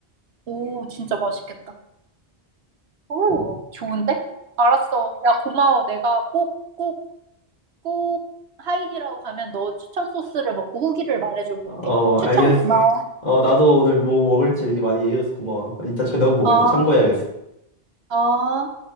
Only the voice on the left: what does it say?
어.
어,
알겠어.
어, 나도 오늘 뭐 먹을지 이렇게 많이 얘기해줘서 고마워. 이따 저녁 먹을
때 참고해야겠어.